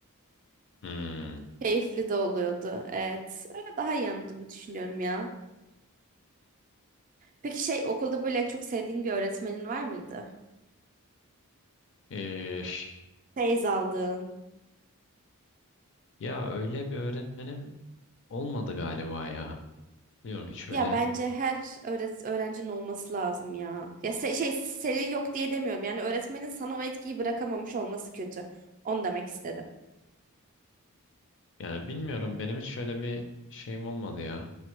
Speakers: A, on the left (about 55°); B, on the right (about 35°).
A: Hmm.
B: Keyifli de oluyordu. Evet. Öyle daha iyi anladığımı düşünüyorum ya. Peki şey okulda böyle en çok sevdiğin bir öğretmenin var mıydı?
A: Ee, ş-
B: Feyz aldığın.
A: ya öyle bir öğretmenim olmadı galiba ya. Biliyorum hiç öyle
B: Ya bence her öğret öğrencinin olması lazım ya. Ya se- şey senin yok diye demiyorum. Yani öğretmenin sana o etkiyi bırakamamış olması kötü. Onu demek istedim.
A: Yani bilmiyorum benim hiç şöyle bir şeyim olmadı ya.